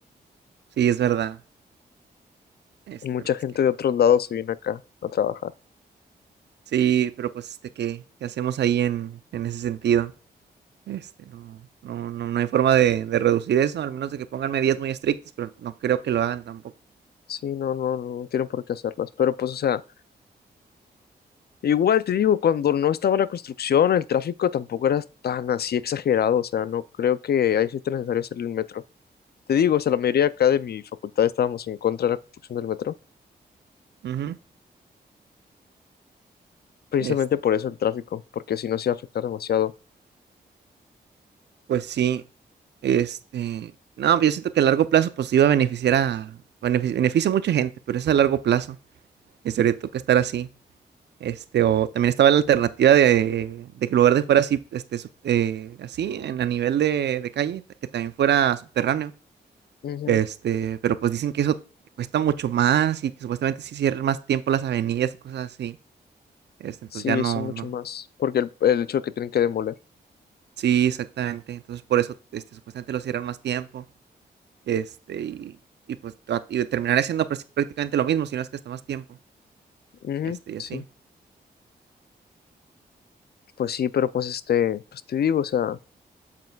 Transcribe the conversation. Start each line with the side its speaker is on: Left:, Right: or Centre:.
Right: Sí, es verdad. Este,
Left: Y mucha
Right: pero pues
Left: gente
Right: qué.
Left: de otros lados se viene acá a trabajar.
Right: Sí, pero pues este, ¿qué, qué hacemos ahí en, en ese sentido? Este, no, no, no, no hay forma de, de reducir eso, al menos de que pongan medidas muy estrictas, pero no creo que lo hagan tampoco.
Left: Sí, no, no, no tienen por qué hacerlas. Pero pues, o sea, igual te digo, cuando no estaba la construcción, el tráfico tampoco era tan así exagerado. O sea, no creo que ahí sí esté necesario hacer el metro. Te digo, o sea, la mayoría acá de mi facultad estábamos en contra de la construcción del metro,
Right: Ujú.
Left: precisamente
Right: Este,
Left: por eso el tráfico, porque si no se iba a afectar demasiado.
Right: pues sí, este, no, pero yo siento que a largo plazo pues iba a beneficiar a, benefic- beneficia a mucha gente, pero es a largo plazo, y sobre todo que estar así. Este, o también estaba la alternativa de, de que el lugar de fuera así, este, sub- eh, así, en a nivel de, de calle, que también fuera subterráneo
Left: Ujú,
Right: Este, pero pues dicen que eso cuesta mucho más y que supuestamente sí cierran más tiempo las avenidas y cosas así. Este, entonces
Left: Sí,
Right: ya no,
Left: eso es mucho
Right: no.
Left: más, porque el, el hecho de que tienen que demoler.
Right: Sí, exactamente. Entonces por eso, este, supuestamente lo cierran más tiempo. Este, y, y pues tra- y terminaré siendo prácti- prácticamente lo mismo, si no es que hasta más tiempo.
Left: Ujú,
Right: Este, y
Left: Sí,
Right: así.
Left: pues sí, pero pues este, pues te digo, o sea,